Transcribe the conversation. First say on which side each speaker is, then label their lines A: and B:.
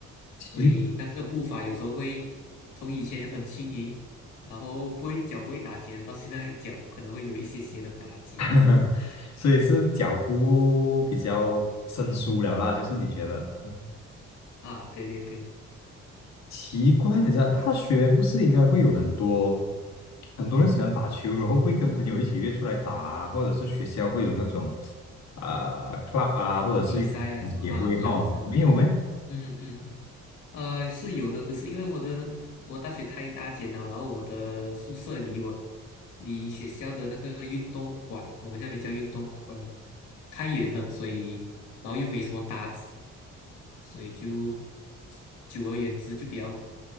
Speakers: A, on the left; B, on the left.
A: 基
B: 所以那个步伐有时候会从以前很轻盈，然后不会脚不会打结，到现在脚可能会有一些些的打结这样子
A: 本，<laughs> 所以是脚步比较生疏了啦，就是你觉得？
B: 啊。对对对，
A: 奇怪的家，大学不是应该会有很多很多人喜欢打球，然后会跟朋友一起约出来打啊或者是学校会有那种啊、呃 club 啊，或者是羽球协会哈，
B: 比赛啊什么啊，club 啊，
A: 没有咩？
B: 嗯嗯嗯。呃，是有的，可是因为我的我大学太大间了，然后我的宿舍离我离学校的那个运动馆，我们那边叫运动馆，太远了，所以然后又没什么搭子，所以就久而言之就比较